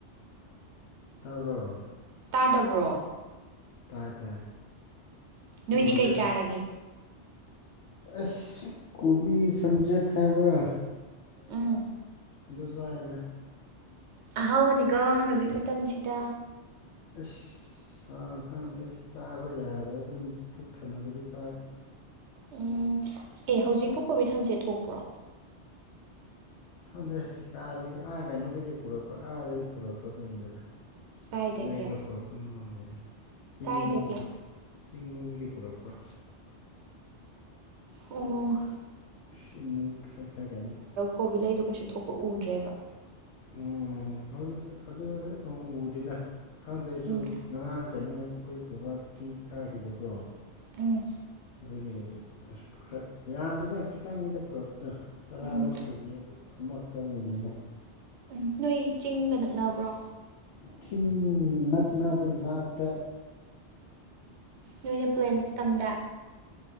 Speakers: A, on the left (about 80°); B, on the right (about 75°).
A: ꯇꯥꯕ꯭ꯔꯣ
B: ꯇꯥꯗꯕ꯭ꯔꯣ
A: ꯇꯥꯏ ꯇꯥꯏ
B: ꯅꯣꯏꯗꯤ
A: ꯈꯣꯟꯖꯦꯜꯗꯣ
B: ꯀꯩ ꯆꯥꯔꯒꯦ
A: ꯑꯁ ꯀꯣꯕꯤ ꯁꯝꯖꯦꯊ ꯍꯥꯏꯕ꯭ꯔꯥ
B: ꯎꯝ
A: ꯑꯗꯨ ꯆꯥꯏꯗ
B: ꯑꯍꯥꯎꯕꯅꯤꯀꯣ ꯍꯧꯖꯤꯛ ꯃꯇꯝꯁꯤꯗ
A: ꯑꯩꯁ ꯆꯥ ꯁꯪꯗꯦ ꯆꯥꯕ ꯌꯥꯗꯕ ꯑꯗꯨꯝ ꯄꯨꯛ ꯊꯟꯅꯕꯒꯤ ꯆꯥ
B: ꯎꯝ ꯑꯦ ꯍꯧꯖꯤꯛꯄꯨ ꯀꯣꯕꯤ ꯊꯝꯆꯦꯠ ꯊꯣꯛꯄ꯭ꯔꯣ
A: ꯈꯪꯗꯦ ꯀꯥꯏꯗꯒꯤ ꯑꯥ ꯀꯩꯅꯣꯗꯒꯤ ꯄꯨꯔꯛꯄ ꯑꯥꯗꯒꯤ ꯄꯨꯔꯛꯄ ꯑꯗꯨꯒꯤꯅꯤꯗ
B: ꯀꯥꯏꯗꯒꯤ
A: ꯂꯩꯔꯒ ꯄꯨꯔꯛꯄ ꯃꯥꯜꯂꯦꯗꯦ ꯆꯤꯡ
B: ꯀꯥꯏꯗꯒꯤ
A: ꯂꯣꯝꯗꯒꯤ ꯄꯨ ꯆꯤꯡ ꯂꯣꯝꯗꯒꯤ ꯄꯨꯔꯛꯄ
B: ꯑꯣ
A: ꯁꯤꯃꯨ ꯐꯥꯏ ꯐꯥꯏ ꯀꯩꯅꯣꯆꯦ
B: ꯀꯣꯕꯤ ꯂꯩꯗꯨꯣ ꯀꯩꯁꯨ ꯊꯣꯛꯄ ꯎꯗ꯭ꯔꯦꯕ
A: ꯎꯝ ꯍꯧꯖꯤꯛꯇꯤ ꯑꯗꯨꯗꯤ ꯎꯗꯦꯗ ꯈꯪꯗꯦ ꯑꯩꯁꯨ
B: ꯎꯝ
A: ꯉꯔꯥꯡ ꯀꯩꯅꯣ ꯑꯩꯈꯣꯏ ꯕꯕꯥ ꯆꯤꯡ ꯀꯥꯈꯤꯕꯀꯣ
B: ꯎꯝ
A: ꯑꯗꯨꯒꯤ ꯑꯁ ꯈꯔ ꯌꯥꯝꯗꯦꯗ ꯈꯤꯇꯪꯅꯤꯗ ꯄꯨꯔꯛ ꯑꯗꯣ ꯆꯔꯥ
B: ꯎꯝ
A: ꯑꯃꯈꯛꯀꯤ ꯑꯃꯛꯇꯪꯒꯤꯅꯤꯗ
B: ꯎꯝ ꯅꯣꯏ ꯆꯤꯡꯒ ꯅꯛꯅꯕ꯭ꯔꯣ
A: ꯆꯤꯡ ꯅꯛꯅꯗꯦ ꯂꯥꯞꯄꯦ
B: ꯅꯣꯏꯅ ꯄ꯭ꯂꯦꯟ ꯇꯝꯗ